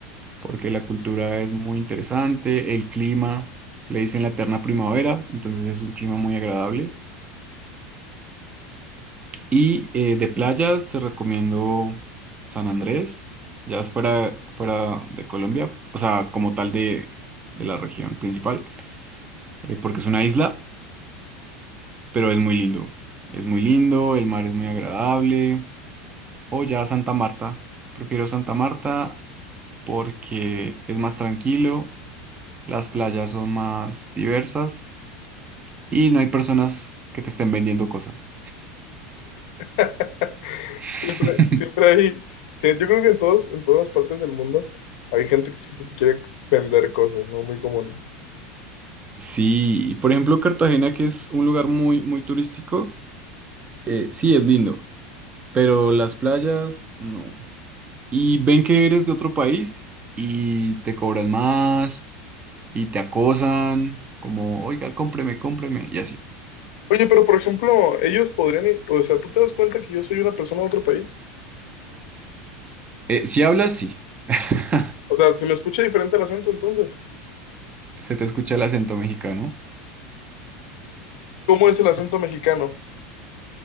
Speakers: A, on the right; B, on the left.
A: porque la cultura es muy interesante, el clima, le dicen la eterna primavera, entonces es un clima muy agradable. Y eh, de playas te recomiendo San Andrés, ya es fuera, fuera de Colombia, o sea, como tal de, de la región principal, eh, porque es una isla pero es muy lindo. Es muy lindo, el mar es muy agradable. O ya Santa Marta. Prefiero Santa Marta porque es más tranquilo, las playas son más diversas y no hay personas que te estén vendiendo cosas.
B: <laughs>
A: <laughs>
B: Siempre, siempre hay, gen- yo creo que en todos, en todas las partes del mundo hay gente que siempre te quiere vender cosas, ¿no? Muy común.
A: Sí, y por ejemplo, Cartagena, que es un lugar muy, muy turístico, eh, sí es lindo, pero las playas no. Y ven que eres de otro país y te cobran más y te acosan, como, oiga, cómpreme, cómpreme, y así.
B: Oye, pero por ejemplo, ellos podrían, i- o sea, ¿tú te das cuenta que yo soy una persona de otro país?
A: Eh, si hablas, sí. <laughs>
B: O sea, se me escucha diferente el acento entonces.
A: Se te escucha el acento mexicano.
B: ¿Cómo es el acento mexicano?